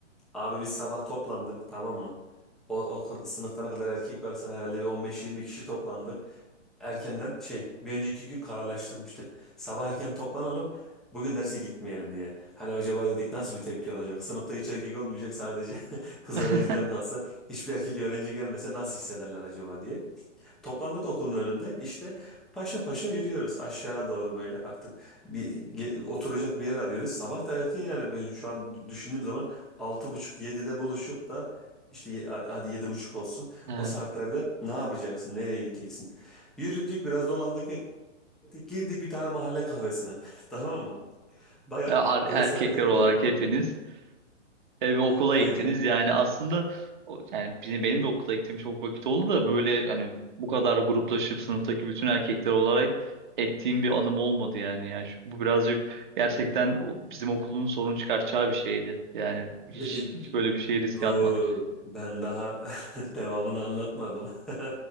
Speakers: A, in the centre; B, on the right.
A: Abi biz sabah toplandık tamam mı? O, o sınıftan ne kadar erkek varsa herhalde bir on beş yirmi kişi toplandık. erkenden şey bir önceki gün kararlaştırmıştık. Sabah erken toplanalım. Bugün derse gitmeyelim diye. Hani acaba dedik nasıl bir tepki olacak? Sınıfta hiç erkek olmayacak sadece <laughs> kız
B: <laughs>
A: öğrenciler kalsa. Hiçbir erkek öğrenci gelmese nasıl hissederler acaba diye. Toplandık okulun önünde işte paşa paşa yürüyoruz aşağı doğru böyle artık bir ge- oturacak bir yer arıyoruz. Sabah da erken yani ben şu an düşündüğüm zaman altı buçuk yedide buluşup da işte ye- hadi yedi buçuk olsun
B: Evet.
A: o saatlerde ne yapacaksın nereye gideceksin? Yürüdük biraz dolandık ettik girdik bir tane mahalle kahvesine <laughs> tamam mı? Baya
B: Ya, ar-
A: öğle
B: erkekler
A: saatlerine
B: olarak
A: kadar falan.
B: hepiniz Evime okula
A: <laughs> Aynen.
B: ektiniz yani aslında o- yani bizim- benim de okula ektiğim çok vakit oldu da böyle hani bu kadar gruplaşıp sınıftaki bütün erkekler olarak ektiğim bir anım olmadı yani yani Şu- bu birazcık gerçekten o- bizim okulun sorun çıkartacağı bir şeydi. Yani hiç,
A: E, e,
B: hiç böyle bir şey riske
A: Dur,
B: atmadık.
A: ben daha <laughs> devamını anlatmadım. <laughs>